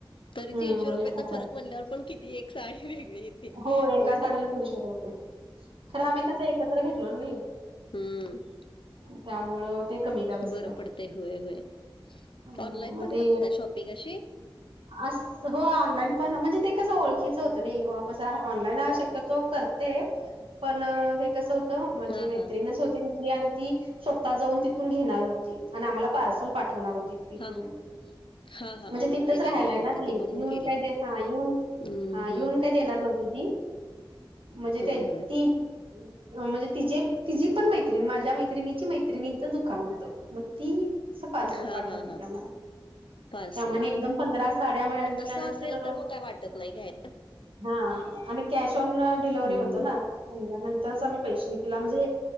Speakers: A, on the left; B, on the right.
A: तरी
B: हम्म
A: तीनशे रुपयाेचा
B: एक हजार
A: फरक म्हणल्यावर पण किती एक साडी वेगळी येते
B: हो एका
A: होय ना.
B: साडीला तीनशे रुपये खरं आम्ही तसं एकत्र घेतलो नाही.
A: हम्म.
B: त्यामुळं ते कमीला बसलं
A: बरं पडते होय होय
B: अ
A: ऑनलाइन
B: मग
A: पण
B: ते
A: करत शॉपिंग अशी.
B: अस हो ऑनलाईन पण म्हणजे ते कसं ओळखीचं होतं नाही ऑनलाईन शक्यतो करते पण हे कस होतं माझी
A: हा
B: मैत्रीणच
A: हा
B: होती. आणि ती स्वतः जाऊन तिथून घेणार होती आणि आम्हाला पार्सल पाठवणार होती. तिकडून
A: हा हा हा
B: म्हणजे
A: हा मग
B: तिथंच
A: ते वेगळं
B: राहायलाय
A: पडते
B: ना ती
A: ते
B: येऊन
A: बघून केली
B: काय
A: ना
B: दे हा येऊन
A: हम्म
B: हा
A: हम्म
B: येऊन काय देणार नव्हती ती म्हणजे
A: होय
B: ते
A: होय
B: ती म्हणजे तिजे तिझी पण मैत्रिणी माझ्या मैत्रिणीची मैत्रिणीचं दुकान होतं. मग ती अस पार्सल
A: हा
B: पाठवली
A: हा हा
B: त्या आम्हाला.
A: पार्सल
B: त्यामध्ये एकदम पंधरा साड्या म्हटल्यानंतर
A: पण तसं असेल तर मग काय वाटत नाही घ्याय
B: हा आणि कॅश ऑन डिलेवर्हरी
A: हम्म
B: होतो ना. अंदा नंतरच आम्ही पैसे तिला म्हणजे